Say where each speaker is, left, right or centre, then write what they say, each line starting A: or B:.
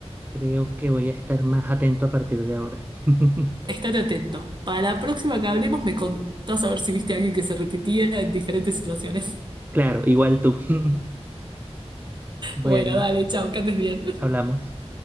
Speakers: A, on the right (about 15°); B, on the right (about 45°).
A: creo que voy a estar más atento a partir de ahora. <laughs>
B: Estate atento. Para la próxima que hablemos me contás a ver si viste a alguien que se repetía en diferentes situaciones. <laughs>
A: Claro, igual tú. <laughs> Bueno,
B: Bueno, dale, chao, que andes bien.
A: hablamos.